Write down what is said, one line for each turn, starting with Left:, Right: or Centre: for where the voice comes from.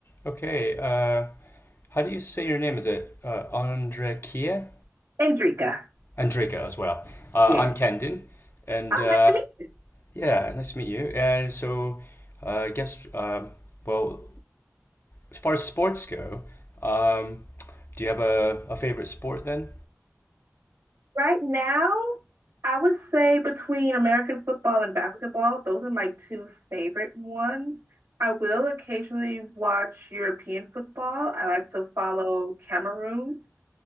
Left: Okay. Uh, how do you say your name? Is it uh, Andrekia?
Right: Andrika.
Left: Andreka as well. Uh,
Right: Yeah.
Left: I'm Kendon, and
Right: Oh,
Left: uh,
Right: nice to meet you.
Left: yeah, nice to meet you. And so, uh, I guess, um, well, as far as sports go, um, do you have a, a favorite sport then?
Right: Right now, I would say between American football and basketball, those are my two favorite ones. I will occasionally watch European football. I like to follow Cameroon